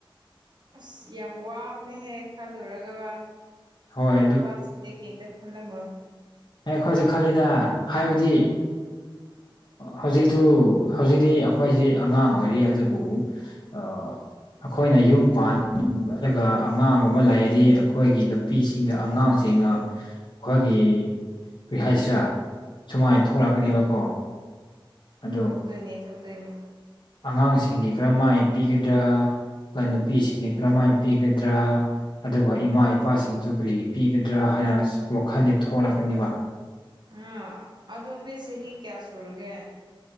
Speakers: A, on the right; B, on the left.
A: ꯑꯁ ꯌꯥꯝ ꯋꯥꯕꯅꯦꯍꯦꯛ ꯈꯜꯂꯨꯔꯒꯒ
B: ꯍꯣꯏ
A: ꯅꯣꯏ ꯅꯨꯄꯥꯁꯤꯡꯁꯦ ꯀꯩꯇ ꯈꯜꯂꯝꯃꯣ
B: ꯑꯦ ꯑꯩꯈꯣꯏꯁꯨꯦ ꯈꯜꯂꯤꯗ ꯍꯥꯏꯕꯗꯤ
A: <inaudible>
B: ꯍꯧꯖꯤꯛꯇꯨ ꯍꯧꯖꯤꯛꯇꯤ ꯑꯩꯈꯣꯏꯁꯤ ꯑꯉꯥꯡ ꯑꯣꯏꯔꯤ ꯑꯗꯨꯕꯨ ꯑꯩꯈꯣꯏꯅ ꯌꯨꯝ ꯄꯥꯟ ꯑꯗꯨꯒ ꯑꯉꯥꯡꯒꯨꯝꯕ ꯂꯩꯔꯗꯤ ꯑꯩꯈꯣꯏꯒꯤ ꯅꯨꯄꯤꯁꯤꯡꯒ ꯑꯉꯥꯡꯁꯤꯡꯒ ꯑꯩꯈꯣꯏꯒꯤ ꯀꯔꯤꯍꯁꯤꯔꯥ ꯁꯨꯃꯥꯏꯅ ꯊꯣꯛꯂꯛꯀꯅꯦꯕꯀꯣ ꯑꯗꯣ
A: ꯊꯣꯛꯇꯣꯏꯅꯦ ꯊꯣꯛꯇꯣꯏꯅꯦ
B: ꯑꯉꯥꯡꯁꯤꯡꯒꯤ ꯀꯔꯝꯍꯥꯏ ꯄꯤꯒꯗ꯭ꯔꯥ ꯅꯨꯄꯤꯁꯤꯡ ꯀꯔꯝꯍꯥꯏꯅ ꯄꯤꯒꯗ꯭ꯔꯥ ꯑꯗꯨꯒ ꯏꯃꯥ ꯏꯄꯥꯁꯤꯡꯁꯨ ꯀꯔꯤꯒꯤ ꯄꯤꯒꯗ꯭ꯔꯥ ꯍꯥꯏ ꯍꯥꯏꯅ ꯋꯥꯈꯜꯁ ꯊꯣꯛꯂꯛꯀꯅꯤꯕ
A: ꯎ ꯑꯗꯣꯝꯕꯤ ꯆꯍꯤ ꯀꯌꯥ ꯁꯨꯔꯒꯦ